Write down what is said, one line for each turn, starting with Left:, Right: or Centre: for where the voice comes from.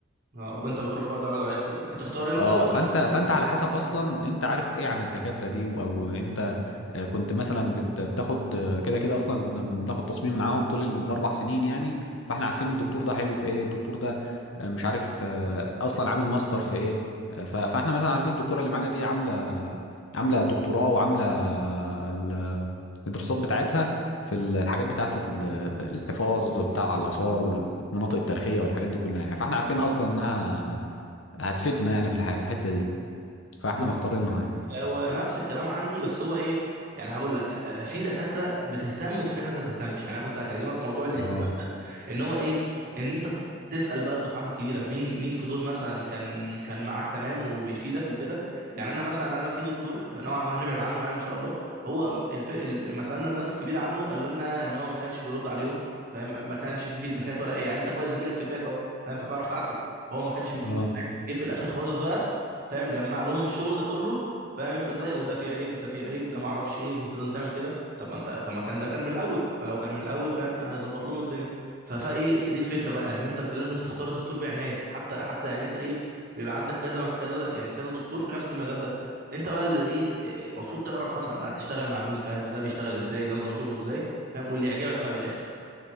Right: آه، وانت بتروح بقى تعرض عليك كده، تختار انت
Left: اه
Right: وتروح
Left: فانت
Right: للدكتور
Left: فانت
Right: ده
Left: على حسب اصلا انت عارف
Right: اه
Left: ايه عن الدكاتره دي او انت آه، كنت مثلا بت- بتاخد آه، كده كده اصلا كنا بناخد تصميم معاهم طول الاربع سنين يعني فاحنا عارفين الدكتور ده حلو في ايه الدكتور ده آه، مش عارف آه، اصلا عامل ماستر في ايه آه، ف- فاحنا مثلا عارفين الدكتوره اللي معانا دي عامله عامله دكتوراه وعامله ال- الدراسات بتاعتها في ال- الحاجات بتاعت ال- الحفاظ بتاع الاثار والمناطق التاريخيه والحاجات دي كلها يعني فاحنا عارفين
Right: مم.
Left: اصلا انها هتفيدنا يعني في الح- في الحته دي فاحنا
Right: ما
Left: مختارينها
Right: هو آه، يعني
Left: يعني
Right: إيه، هو نفس الكلام عندي بس هو ايه يعني هقول لك آه، في دكاتره بتهتم وفي دكاتره ما بتهتمش يعني انا كنت هكلمك في موضوع الاهتمام
Left: اه
Right: ده ان هو ايه ان انت تسال بقى الدفعات الكبيره مين مين في دول مثلا كان كان معاك تمام وبيفيدك وكده يعني انا مثلا انا في دكتور نوعا ما هنبعد عنه يعني ان شاء الله هو الف... ال- مثلا الناس الكبيره عنه قال لنا ان هو ما كانش بيرد عليهم فاهم ما كانش في فيدباكات ولا اي يعني انت كويس بيجي لك فيدباك اهو فاهم فتعرف تعدل هو ما كانش بيديهم
Left: اه
Right: فيدباك جه في الاخر خالص بقى فاهم جمع لهم الشغل ده كله فاهم انت ازاي وده في عيب ده في عيب ده ما اعرفش ايه كنت لازم تعمل كده طب ما انت طب ما كان ده كان من الاول فلو كان من الاول فاهم كان هيظبط لهم الدنيا ف- فايه دي الفكره بقى ان انت ب- لازم تختار الدكتور بعنايه حتى حتى يعني انت ايه بيبقى عندك كذا كذا يعني كذا دكتور في نفس المجال ده انت بقى اللي ايه ايه، المفروض تعرف مثلا هتشتغل مع مين فاهم ده بيشتغل ازاي ده نظام شغله ازاي فاهم واللي يعجبك بقى بالاخر